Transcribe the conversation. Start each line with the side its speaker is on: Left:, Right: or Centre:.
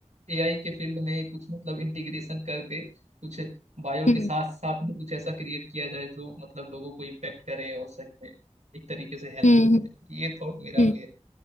Right: एआई के फील्ड में कुछ मतलब इंटीग्रेशन करके कुछ बायो
Left: हम्म
Right: के साथ साथ में कुछ ऐसा क्रिएट किया जाए जो मतलब लोगों को इम्पेक्ट करे और सही में एक तरीके से हेल्पफुल
Left: हम्म हम्म
Right: रहे ये थॉट मेरा
Left: हम्म
Right: भी है